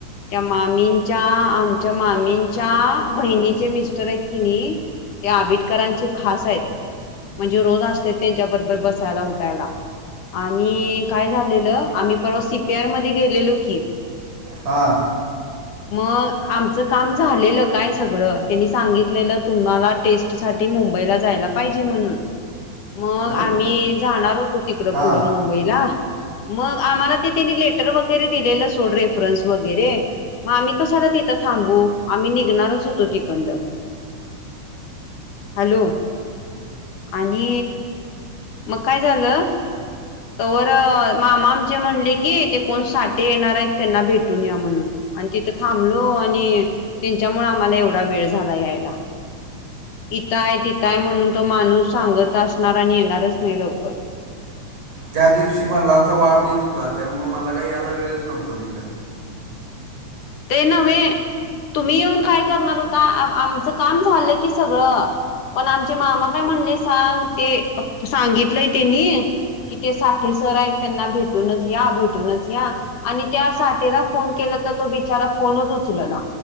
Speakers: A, on the left; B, on the right.
A: त्या मामींच्या आमच्या मामींच्या बहिणीचे मिस्टर आहेत की नाही त्या आबिटकरांचे खास आहेत. म्हणजे रोज असत्यात त्यांच्या बरोबर बसायला उठायला. आणि काय झालेलं आम्ही परवा सी पी आर मध्ये गेलेलो की,
B: हां
A: मग आमचं काम झालेलं काय? सगळं त्यांनी सांगितलेलं तुम्हाला टेस्ट साठी मुंबईला जायला पाहिजे म्हणून मग
B: काय झालं
A: आम्ही जाणार होतो तिकड
B: हां
A: पुढं मुंबईला मग आम्हाला ते तेनी लेटर वगैरे दिलेलं सोड रेफरन्स वगैरे मग आम्ही कशाला ती थं थांबू आम्ही निघणारच होतो ती तिकडनं हॅलो आणि मग काय झालं? तवर मामा आमचे म्हणले की ते कोण साठे येणार आहेत त्यांना भेटून या म्हणून. आणि तिथं थांबलो आणि तेंच्यामुळं आम्हाला एवढा वेळ झाला यायला. इथं हाय तिथं हाय म्हणून तो माणूस सांगत असणार आणि येणारच नाही लवकर.
B: त्या दिवशी मल्हारचा वाढदिवस हुता त्यामुळे मला काय यायला वेळच नव्हता तिकडं.
A: ते नव्हे तुम्ही येऊन काय करणार होता आमचं काम झालं की सगळं पण आमचे मामा काय म्हणले सांग ते सांगितलंय तेनी कि ते साठे सर आहेत त्यांना भेटूनच या भेटूनच या आणि त्या साठेला फोन केला तर तो बिचारा फोनच उचलंना